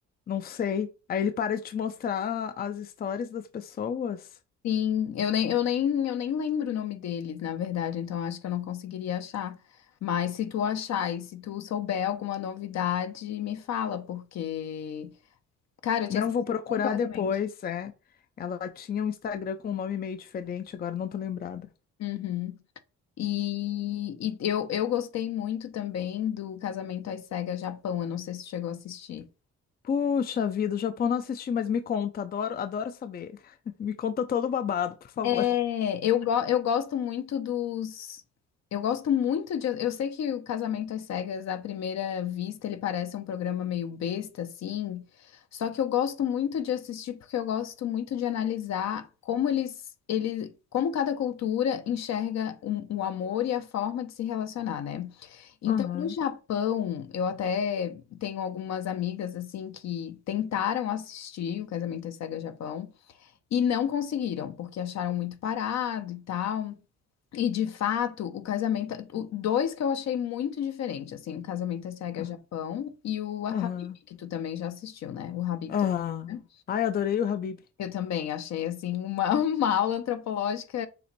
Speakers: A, on the left; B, on the left.
A: Não sei. Aí ele para de te mostrar as histórias das pessoas.
B: Sim, eu nem, eu nem, eu nem lembro o nome deles, na verdade, então acho que eu não conseguiria achar. Mas se tu achar e se tu souber alguma novidade, me fala, porque, cara, eu
A: Não,
B: tinha esquecido
A: vou procurar
B: completamente.
A: depois, é. Ela tinha um Instagram com um nome meio diferente, agora não tô lembrada.
B: Uhum. E, e eu, eu gostei muito também do Casamento às Cegas Japão, eu não sei se tu chegou a assistir.
A: Puxa vida, o Japão não assisti, mas me conta, adoro, adoro saber. <laughs> Me conta todo o babado, por favor.
B: É, eu, go- eu gosto muito dos. Eu gosto muito de. Eu sei que o Casamento às Cegas, à primeira vista, ele parece um programa meio besta, assim. Só que eu gosto muito de assistir porque eu gosto muito de analisar como eles, eles, como cada cultura enxerga o, o amor e a forma de se relacionar, né? Então,
A: Aham.
B: no Japão, eu até tenho algumas amigas assim que tentaram assistir o Casamento às Cegas Japão. E não conseguiram, porque acharam muito parado e tal. E de fato, o casamento. O, dois que eu achei muito diferente, assim, o Casamento às Cegas
A: Ah,
B: Japão e o Habib,
A: Aham,
B: que tu também já assistiu, né? O Habib,
A: aham.
B: tu assistiu, né?
A: Ai, adorei o Habib.
B: Eu também achei, assim, uma, <laughs> uma aula antropológica